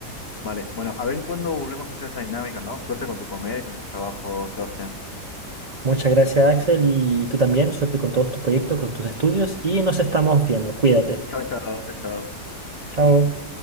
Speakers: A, on the left; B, on the right.
A: Vale, bueno, a ver cuándo volvemos a hacer esta dinámica, ¿no? Suerte con tu comedia y con tus trabajos, Sebastián.
B: Muchas gracias, Axel, y tú también. Suerte con todos tus proyectos, con tus estudios, y nos estamos viendo. Cuídate.
A: Chao, chao, chao, chao.
B: Chao.